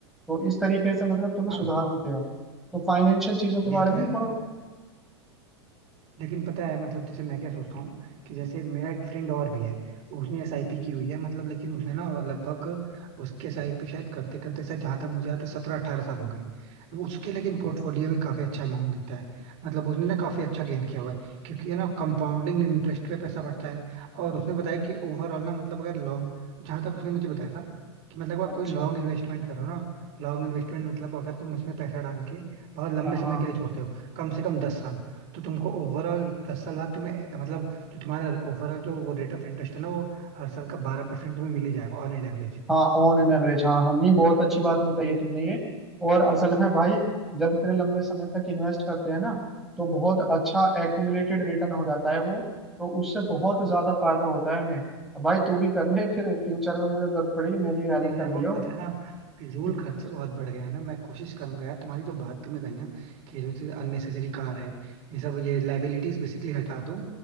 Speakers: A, in the centre; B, on the right.
A: तो इस तरीके से मतलब तुम्हें
B: हाँ
A: सुधार दिखेगा तो फाइनेंशियल चीजों के
B: ये
A: बारे
B: तो
A: में ना
B: है
A: थोड़ा
B: लेकिन पता है मतलब जैसे मैं क्या सोचता हूँ कि जैसे मेरा एक फ्रेंड और भी है उसने एसआईपी की हुई है मतलब लेकिन उसने ना लगभग उसके एसआईपी शायद करते करते शायद जहां तक मुझे आता है सत्रह अठारह साल हो गए वो उसके लेकिन पोर्टफोलियो में काफी अच्छा अमाउंट दिखता है मतलब उसने ना काफी अच्छा गेन किया हुआ है क्योंकि है ना कंपाउंडिंग इंटरेस्ट पे पैसा बढ़ता है और उसने बताया कि ओवरऑल ना मतलब अगर लॉन्ग जहां तक उसने मुझे बताया था कि मतलब अगर
A: अच्छा
B: कोई लॉन्ग इन्वेस्टमेंट करो ना लॉन्ग इन्वेस्टमेंट मतलब अगर तुम इसमें पैसा डाल के बहुत लंबे
A: हाँ
B: समय
A: हाँ
B: के लिए छोड़ते हो कम से कम दस साल तो तुमको ओवरऑल दस साल बाद तुम्हें अ, मतलब जो तुम्हारा ओवरऑल जो वो रेट ऑफ इंटरेस्ट है ना वो हर साल का बारह परसेंट तुम्हें मिल ही जाएगा ऑन एन एवरेज
A: हाँ ऑन एन एवरेज हाँ हमने बहुत अच्छी बात बताई है तुमने ये और असल में भाई जब इतने लंबे समय तक इन्वेस्ट करते हैं ना तो बहुत अच्छा एक्यूमुलेटेड रिटर्न हो जाता है वो तो उससे बहुत ज्यादा फायदा होता है हमें भाई तू भी कर ले फिर फ्यूचर में मुझे जरूरत पड़ेगी मेरी भी हेल्प
B: नहीं
A: कर
B: यार
A: दियो
B: वो पता है ना फिजूल
A: <laughs>
B: खर्चे बहुत बढ़ गए हैं ना मैं कोशिश करूंगा यार तुम्हारी जो बात तुमने कही ना कि जो चीज अननेसेसरी कार है ये सब ये लाइबिलिटीज बेसिकली हटा दूं